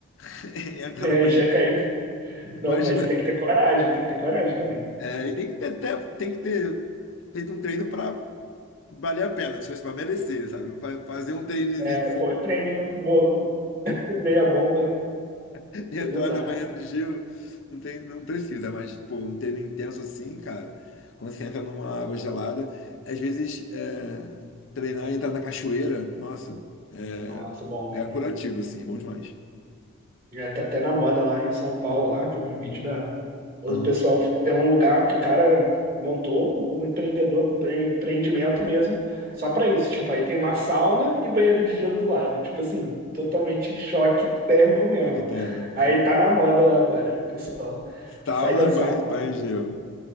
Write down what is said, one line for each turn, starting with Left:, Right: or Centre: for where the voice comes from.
Left: <laughs> e entrar
Right: É,
Left: na banheira.
Right: já caiu. Não,
Left: Mas,
Right: mas
Left: tipo,
Right: tem que ter coragem, tem que ter coragem também, né?
Left: é, e tem que ter, até- tem que ter feito um treino pra valer a pena, tipo assim, pra merecer, sabe? Fa- Fazer um treinozinho
Right: É, pô, treininho, mo- meia bomba, né?
Left: <laughs> E entrar
Right: Não dá.
Left: na banheira de gelo não tem, não precisa, mas pô, um treino intenso assim, cara, quando você entra numa água gelada, às vezes é, treinar e entrar na cachoeira, nossa, é,
Right: Nossa, bom,
Left: é
Right: hein?
Left: curativo assim, é bom demais.
Right: Já tá até na moda lá em São Paulo, lá, que eu vi um vídeo da. O
Left: Ah,
Right: pessoal deu um lugar que o cara montou o empreendedor, empre- empreendimento mesmo, só pra isso. Tipo, aí tem uma sauna e banheiro de gelo do lado. Tipo assim, totalmente choque térmico mesmo.
Left: toque térmico.
Right: Aí tá na moda lá agora. O pessoal
Left: Sauna,
Right: sai da sauna.
Left: banho, banho de gelo.